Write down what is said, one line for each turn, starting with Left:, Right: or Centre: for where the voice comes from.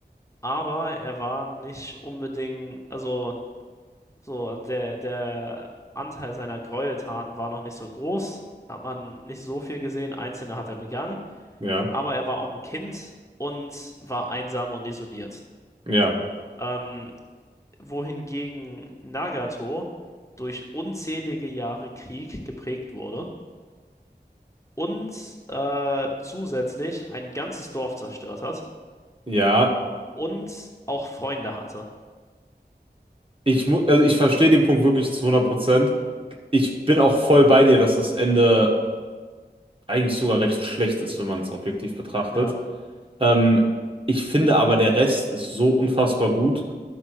Left: aber er war nicht unbedingt, also. So, der, der Anteil seiner Gräueltaten war noch nicht so groß, hat man nicht so viel gesehen, einzelne hat er begangen,
Right: ja,
Left: aber er war auch ein Kind und war einsam und isoliert.
Right: ja,
Left: Ähm, wohingegen Nagato durch unzählige Jahre Krieg geprägt wurde und äh, zusätzlich ein ganzes Dorf zerstört hat
Right: ja.
Left: und auch Freunde hatte.
Right: Ich mu also ich verstehe den Punkt wirklich zu hundert Prozent. Ich bin auch voll bei dir, dass das Ende eigentlich sogar recht schlecht ist, wenn man es objektiv betrachtet.
Left: Ja,
Right: Ähm, ich finde aber, der Rest ist so unfassbar gut,